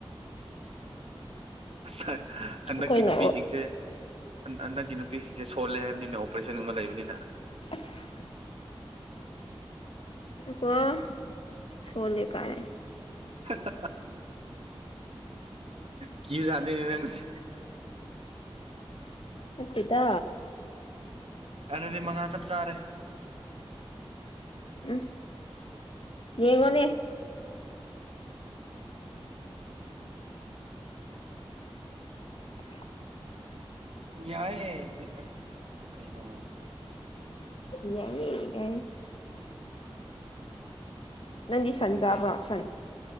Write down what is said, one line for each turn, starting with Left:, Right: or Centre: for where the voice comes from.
Right: ꯍ ꯍꯟꯗꯛꯀꯤ
Left: ꯑꯩꯈꯣꯏꯅ
Right: ꯅꯨꯄꯤꯁꯤꯡꯁꯦ ꯍꯟ-ꯍꯟꯗꯛꯀꯤ ꯅꯨꯄꯤꯁꯤꯡꯖꯦ ꯁꯣꯜꯂꯦ ꯍꯥꯏꯕꯅꯤꯅ ꯑꯣꯄ꯭ꯔꯦꯁꯟꯒꯨꯝꯕ ꯂꯩꯕꯅꯤꯅ
Left: ꯑꯁ <unintelligible> ꯁꯣꯂꯦ ꯀꯥꯏ
Right: <unintelligible> ꯀꯤꯕꯖꯥꯠꯅꯤ ꯅꯪꯁꯤ
Left: ꯅꯠꯇꯦꯗ
Right: ꯑꯗꯨꯗꯤ ꯃꯉꯥ ꯆꯞ ꯆꯥꯔꯦ
Left: ꯎꯝ ꯌꯦꯡꯉꯣꯅꯦ <inaudible>
Right: ꯌꯥꯏꯌꯦ ꯑꯦ ꯑ ꯀꯩꯅꯣ
Left: ꯌꯥꯏꯌꯦ ꯒꯥꯏ ꯅꯪꯗꯤ ꯁꯟ
Right: ꯈꯪꯗꯦ
Left: ꯆꯥꯕ꯭ꯔꯥ ꯁꯟ